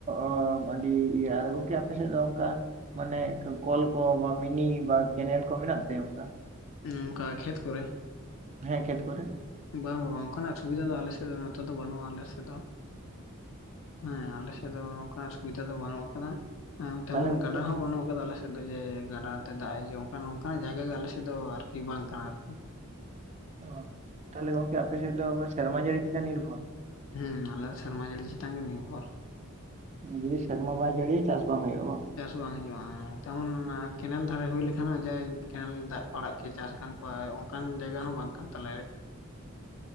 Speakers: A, on the right; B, on the left.
A: ᱚᱢ ᱟᱹᱰᱤ ᱤᱭᱟᱹ ᱟᱨ ᱜᱚᱝᱠᱮ ᱟᱯᱮ ᱥᱮᱜ ᱫᱚ ᱚᱝᱠᱟ, ᱢᱟᱱᱮ ᱠᱚᱞ ᱠᱚ ᱵᱟ ᱢᱤᱱᱤ ᱵᱟ ᱠᱮᱱᱮᱞ ᱠᱚ ᱢᱮᱱᱟᱜ <unintelligible> ᱚᱝᱠᱟ?
B: ᱩᱸ ᱱᱚᱝᱠᱟ ᱠᱷᱮᱛ ᱠᱚᱨᱮ?
A: ᱦᱮᱸ ᱠᱷᱮᱛ ᱠᱚᱨᱮᱜ?
B: ᱵᱟᱝ ᱵᱟᱝ ᱚᱱᱠᱟᱱᱟᱜ ᱥᱩᱵᱤᱫᱟ ᱫᱚ ᱟᱞᱮ ᱥᱮᱫ ᱫᱚ ᱱᱚᱛᱮ ᱫᱚ ᱵᱟᱹᱱᱩᱜᱼᱟ ᱟᱞ ᱥᱮᱫ ᱫᱚ ᱦᱮᱸ ᱟᱞᱮ ᱥᱮᱜ ᱟᱫᱚ ᱚᱱᱠᱟᱱᱟᱜ ᱥᱩᱵᱤᱫᱷᱟ ᱫᱚ ᱵᱟᱹᱱᱩᱜ ᱟᱠᱟᱫᱟ ᱛᱮᱢᱚᱱ
A: ᱛᱟᱦᱚᱞᱮ ᱜᱚᱝᱠᱮ
B: ᱜᱟᱰᱟ ᱦᱚᱸ ᱵᱟᱹᱱᱩᱜ ᱟᱠᱟᱫᱟ ᱟᱞ ᱥᱮᱫ ᱾ ᱟᱞ ᱥᱮᱫ ᱫᱚ ᱡᱮ ᱜᱟᱰᱟᱛᱮ ᱫᱟᱜ ᱦᱤᱡᱩᱜ ᱚᱱᱠᱟ ᱚᱱᱠᱟᱱᱟᱜ ᱡᱟᱭᱜᱟ ᱜᱮ ᱟᱞᱮᱥᱮᱫ ᱫᱚ ᱟᱨᱠᱤ ᱵᱟᱝ ᱠᱟᱱᱟ ᱟᱨᱠᱤ ᱾
A: ᱚ ᱛᱟᱦᱚᱞᱮ ᱜᱚᱝᱠᱮ ᱟᱯᱮ ᱥᱮᱫ ᱫᱚ ᱥᱮᱨᱢᱟ ᱡᱟᱹᱲᱤ ᱪᱮᱛᱟ ᱱᱤᱨᱵᱷᱚᱨ ᱾
B: ᱦᱩᱸ ᱟᱞ ᱥᱮᱟᱨᱢᱟ ᱡᱟᱲᱤ ᱪᱤᱛᱟᱱ ᱨᱮ ᱜᱮ ᱱᱤᱨᱵᱷᱚᱨ ᱾
A: ᱡᱫᱤ ᱥᱮᱨᱢᱟ ᱵᱟᱭ ᱡᱟᱹᱲᱤᱭ ᱪᱟᱥ ᱵᱟᱝ ᱦᱩᱭᱩᱜᱼᱟ ᱵᱟᱝ ᱾
B: ᱪᱟᱥ ᱵᱟᱝ ᱦᱩᱭᱩᱜᱼᱟ ᱛᱮᱢᱚᱱ ᱚᱱᱟ ᱠᱮᱱᱮᱞ ᱫᱷᱟᱨᱮ ᱦᱩᱭ ᱞᱮᱠᱷᱟᱱ ᱦᱚᱸ ᱡᱮ ᱠᱮᱱᱮᱞ ᱫᱟᱜ ᱠᱚ ᱟᱲᱟᱜ ᱠ ᱪᱟᱥ ᱟᱠᱟᱱ ᱠᱚᱣᱟᱭ ᱾ ᱚᱱᱠᱟᱱ ᱡᱟᱭᱜᱟ ᱦᱚᱸ ᱵᱟᱝ ᱠᱟᱱ ᱛᱟᱞᱟᱨᱮ ᱾